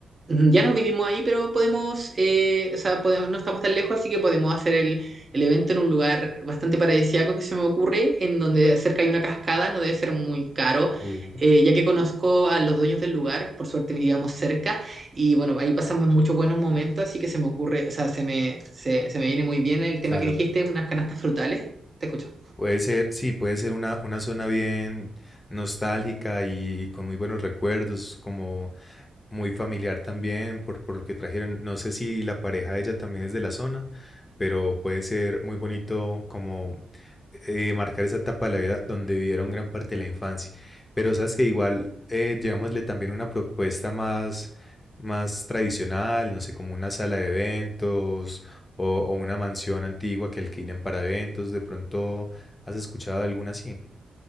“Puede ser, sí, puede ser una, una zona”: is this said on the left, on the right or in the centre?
Left